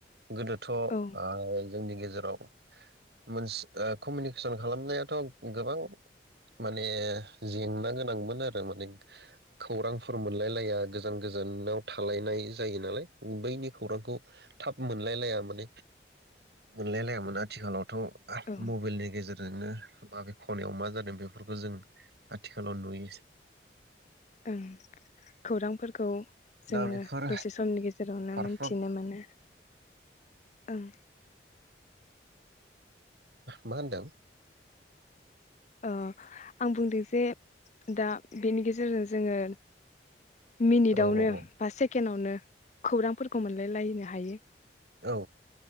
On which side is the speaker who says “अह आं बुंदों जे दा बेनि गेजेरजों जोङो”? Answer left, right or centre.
Left